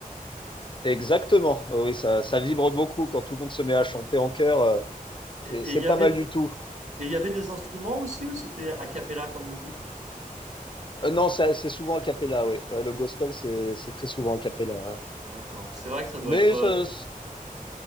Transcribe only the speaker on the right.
Et
et il y
avait
Et il y avait des instruments aussi ou c'était a cappella comme on dit?
D'accord. C'est vrai que ça doit
être, euh,